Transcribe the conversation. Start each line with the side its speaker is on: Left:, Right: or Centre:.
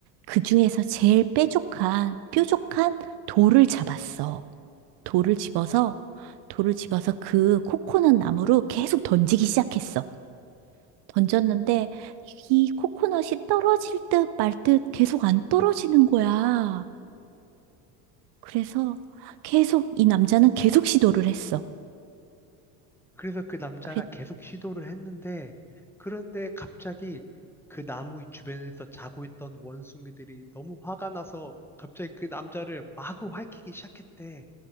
Right: 그 중에서 제일 뾰족한, 뾰족한 돌을 잡았어. 돌을 집어서, 돌을 집어서 그 코코넛 나무로 계속 던지기 시작했어. 던졌는데 이 코코넛이 떨어질 듯 말듯 계속 안 떨어지는 거야. 그래서 계속 이 남자는 계속 시도를 했어.
Centre: 그래서 그 남자가
Right: 그랬,
Centre: 계속 시도를 했는데 그런데 갑자기 그 나무 주변에서 자고 있던 원숭이들이 너무 화가 나서 갑자기 그 남자를 마구 핥기 시작했대.